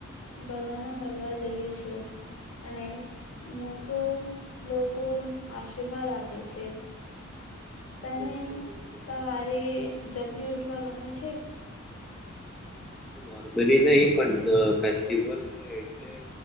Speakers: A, on the left (about 55°); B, in the centre.
A: બધાના મળવા જઈએ છે અને મોટો લોકો આશીર્વાદ આપે છે તને
B: બિલકુલ બિલકુલ
A: સવારે જલ્દી ઉઠવા ગમે છે?
B: નોર્મલી નહી પણ અહ જીવન હોય એટલે